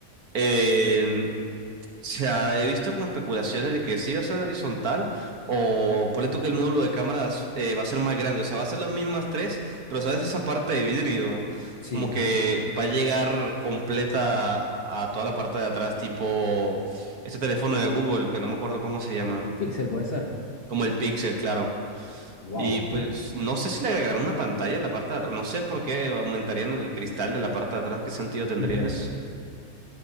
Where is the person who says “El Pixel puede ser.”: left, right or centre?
Left